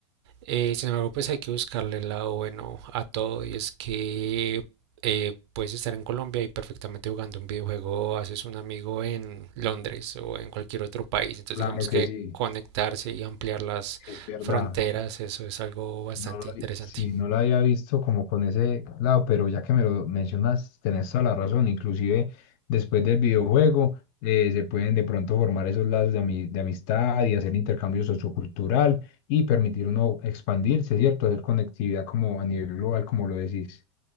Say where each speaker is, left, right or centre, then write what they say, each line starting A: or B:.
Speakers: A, on the right; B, on the left.
A: Eh, sin embargo, pues hay que buscarle el lado bueno a todo y es que eh, puedes estar en Colombia y perfectamente jugando un videojuego, haces un amigo en Londres o en cualquier otro país. Entonces,
B: Claro
A: digamos
B: que
A: que
B: sí,
A: conectarse y ampliar las
B: es verdad.
A: fronteras, eso es algo bastante
B: No lo,
A: interesante.
B: vi- sí, no lo había visto como con ese lado, pero ya que me lo mencionas, tenés toda la razón. Inclusive después del videojuego eh, se pueden de pronto formar esos lazos de, ami- de amistad y hacer intercambio sociocultural y permitir uno expandirse, ¿cierto? Hacer conectividad como a nivel global, como lo decís.